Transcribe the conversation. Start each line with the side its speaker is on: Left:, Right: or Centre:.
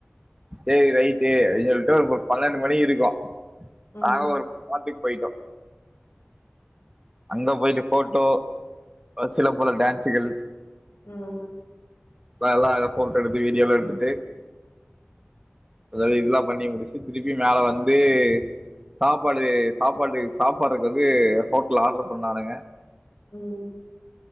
Right: சேரி ரைட்டு அப்டின் சொல்ட்டு ஒரு பன்னெண்டு மணி இருக்கு
Left: ம்
Right: நாங்க ஒரு படத்துக் போய்ட்டோ அங்க போயிட்டு ஃபோட்டோ சில பல டான்ஸுகள்
Left: நா வந்
Right: அத எல்லா ஃபோட்டோ எடுத்து வீடியோல்லா எடுத்துட்டு அதா இதுலா பண்ணி முடிச்சு திருப்பி மேல வந்து சாப்பாடு சாப்பாடு சாப்பாடுக்கு வந்து ஹோட்டல்ல ஆர்டரு பண்ணானுக
Left: ம்